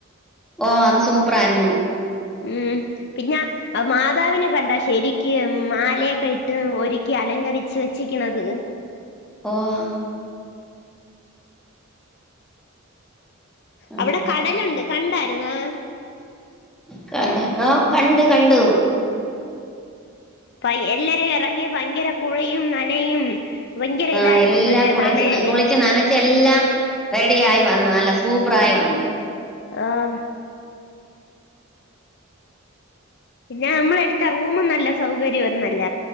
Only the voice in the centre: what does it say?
ഓ.. അത് സൂപ്രായിരുന്നു
ഓഹ് ഉം
കട ആഹ് കണ്ട് കണ്ടു
ആ
എല്ലാം
കുളിച്ച്
കുളിച്ചു നനച് ച്ചെല്ലാം റെഡിയായി വന്ന്‌ നല്ല സൂപ്പറായി വന്ന്‌